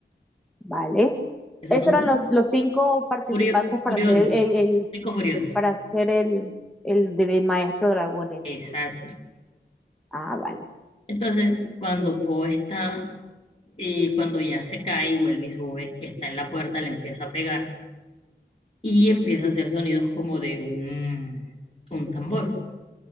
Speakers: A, in the centre; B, on the left (about 30°).
A: Vale.
B: Esos
A: Esos
B: son
A: eran
B: sus
A: los, los cinco participantes
B: furio- furiosos,
A: para ser el, el- el-
B: cinco furiosos.
A: para ser el, el, del maestro dragones.
B: Exacto.
A: Ah, vale.
B: Entonces, cuando Poe está, eh, cuando ya se cae y vuelve y sube, que está en la puerta, le empieza a pegar y empieza a hacer sonidos como de un, un tambor.